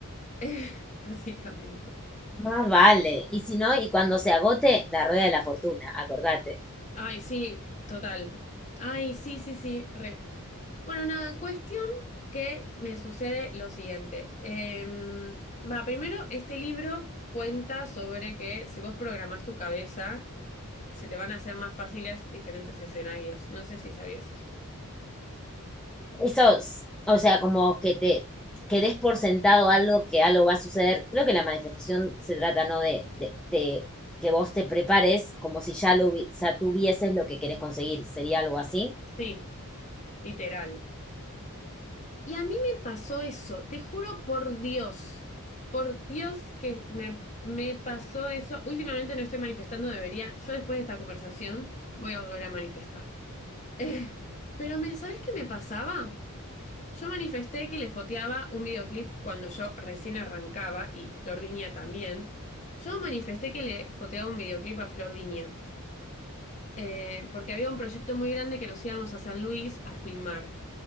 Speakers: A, on the left; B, in the centre.
A: <laughs> básicamente.
B: Más vale. Y si no, y cuando se agote, la rueda de la fortuna, acordate.
A: Ay, sí, total. Ay, sí, sí, sí, re. Bueno, nada, cuestión que me sucede lo siguiente. Em, va, primero, este libro cuenta sobre que si vos programás tu cabeza, se te van a hacer más fáciles diferentes escenarios. No sé si sabías eso.
B: Eso, es- o sea, como que te que des por sentado algo, que algo va a suceder. Creo que la manifestación se trata, ¿no? De, de, de que vos te prepares como si ya lo hubi- ya tuvieses lo que querés conseguir. Sería algo así.
A: Sí, literal. Y a mí me pasó eso, te juro por Dios, por Dios que me, me pasó eso. Últimamente no estoy manifestando, debería, yo después de esta conversación voy a volver a manifestar. <laughs> Eh, pero me, ¿sabes qué me pasaba? Yo manifesté que le foteaba un videoclip cuando yo recién arrancaba y Flor Viña también. Yo manifesté que le foteaba un videoclip a Flor Viña, eh, porque había un proyecto muy grande que nos íbamos a San Luis a filmar.